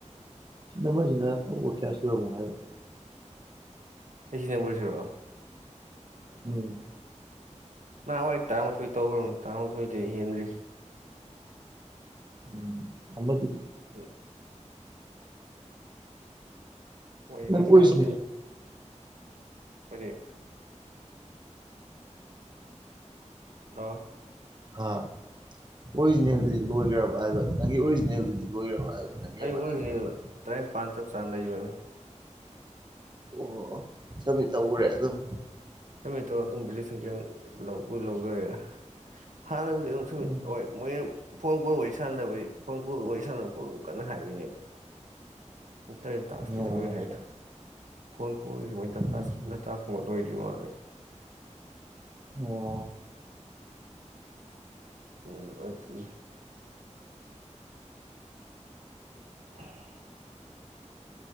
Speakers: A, on the right (about 35°); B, on the right (about 80°).
A: ꯁꯤꯅꯃꯣꯏꯁꯤꯅ ꯇꯧꯕ ꯀꯌꯥ ꯁꯨꯔꯝꯃꯣ ꯍꯥꯏꯕ
B: ꯑꯩꯁꯤꯅꯦ ꯑꯃ ꯄꯨꯁꯤꯣ
A: ꯎꯝ
B: ꯅꯍꯥꯟꯋꯥ ꯑꯩ ꯇꯔꯥꯃꯥꯊꯣꯏ ꯇꯧꯈ꯭ꯔꯅꯨ ꯇꯔꯥꯃꯥꯊꯣꯏꯗ ꯍꯦꯟꯗ꯭ꯔꯤ
A: ꯎꯝ ꯑꯝꯕꯖꯌꯣꯇ
B: ꯑꯣ ꯋꯥꯔꯤ
A: ꯅꯪ
B: ꯈꯔ
A: ꯑꯣꯏꯁꯤꯅꯦ
B: ꯁꯥꯅꯦ ꯀꯔꯤ ꯍꯂꯣ
A: ꯍꯥ ꯑꯣꯔꯤꯖꯤꯅꯦꯜꯗꯨꯗꯤ ꯂꯣꯏꯈ꯭ꯔꯕ ꯍꯥꯏꯕ ꯅꯪꯒꯤ ꯑꯣꯔꯤꯖꯤꯅꯦꯜꯗꯨꯗꯤ ꯂꯣꯏꯈ꯭ꯔꯕ ꯍꯥꯏꯕ ꯅꯪꯒꯤ
B: ꯑꯩ
A: ꯑꯃ
B: ꯎꯔꯤꯉꯅꯤ
A: ꯅꯪꯒꯤ ꯅꯝꯕꯔꯗꯨꯕꯨ
B: ꯇꯔꯥꯅꯤꯄꯥꯥꯟ ꯆꯞ ꯆꯥꯅ ꯂꯩꯕ
A: ꯑꯣ ꯆꯃ ꯇꯧꯈꯨꯔꯦ ꯑꯗꯨꯝ
B: ꯁꯃꯤꯠꯇꯣ ꯑꯗꯨꯝꯝꯕ ꯂꯤꯁꯤꯡ ꯀ ꯂꯧꯕ ꯂꯧꯗꯔꯦ ꯍꯥꯟꯅꯕꯨꯗꯤ ꯁꯃꯤꯠ
A: ꯎꯝ
B: ꯍꯣꯏ ꯃꯣꯏ ꯐꯣꯟ ꯀꯣꯜ ꯋꯥꯔꯤ ꯁꯥꯟꯅꯗꯕꯩ ꯐꯣꯟ ꯀꯣꯜ ꯋꯥꯔꯤ ꯁꯥꯟꯅꯕ ꯈꯣꯠꯂꯣ ꯀꯟꯅ ꯍꯥꯏꯕꯣꯏꯅꯦꯕ ꯎꯨꯛꯇ ꯇꯥꯛꯁ
A: ꯑꯣ
B: ꯄꯤꯗꯧꯦ ꯍꯥꯏꯁꯨ ꯐꯣꯟ ꯀꯣ
A: ꯎꯝ
B: ꯦꯇ ꯂꯣꯏꯗꯤ ꯑꯗꯨ
A: ꯑꯣ
B: ꯎꯝ ꯑꯗꯨ <inaudible>